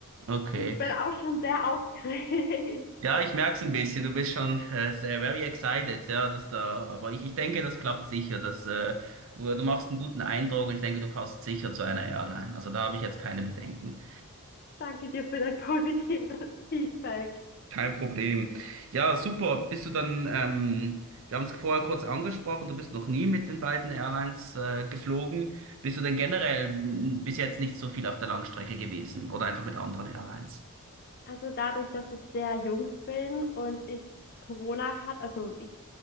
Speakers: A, on the right; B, on the left.
A: Okay.
B: Ich bin auch schon sehr aufgeregt.
A: Ja, ich merk's ein bisschen. Du bist schon äh, sehr very excited, ja, dass da. Aber ich, ich denke, das klappt sicher. Dass, äh, du, du machst einen guten Eindruck und ich denke, du passt sicher zu einer Airline. Also da habe ich jetzt keine Bedenken.
B: <laughs> Danke dir für dein positives Feedback.
A: Kein Problem. Ja, super. Bist du dann, ähm, wir haben es vorher kurz angesprochen, du bist noch nie mit den beiden Airlines äh, geflogen. Bist du denn generell mm, bis jetzt nicht so viel auf der Langstrecke gewesen oder einfach mit anderen Airlines?
B: Also dadurch, dass ich sehr jung bin und ich Corona hat, also ich